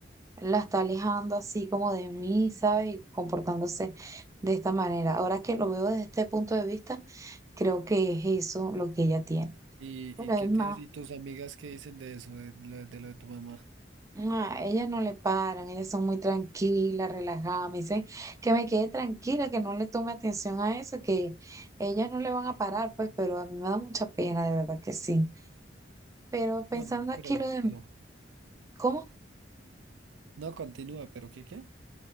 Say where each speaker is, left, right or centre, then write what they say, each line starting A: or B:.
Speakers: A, on the right; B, on the right.
A: la está alejando así como de mí, ¿sabe? Y comportándose de esta manera. Ahora que lo veo desde este punto de vista, creo que es eso lo que ella tiene.
B: ¿Y,
A: Bueno,
B: y
A: es
B: qué
A: más,
B: te y tus amigas qué dicen de eso, de, lo de lo de tu mamá?
A: ah, ellas no le paran, ellas son muy tranquilas, relajadas, me dicen que me quede tranquila, que no le tome atención a eso, que ellas no le van a parar, pues, pero a mí me da mucha pena, de verdad que sí. Pero pensando
B: No,
A: aquí
B: pero,
A: lo de,
B: pero,
A: ¿cómo?
B: no, continúa, pero ¿qué qué?